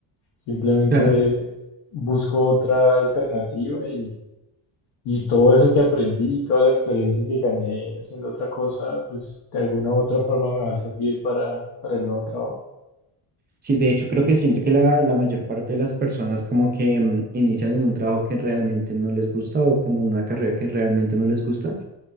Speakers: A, on the left (about 65°); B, on the right (about 25°).
A: Simplemente
B: Claro.
A: busco otra alternativa y, y todo eso que aprendí y toda la experiencia que gané haciendo otra cosa, pues de alguna u otra forma me va a servir para, para el nuevo trabajo.
B: Sí, de hecho creo que siento que la, la mayor parte de las personas como que mm, inician en un trabajo que realmente no les gusta o como una carrera que realmente no les gusta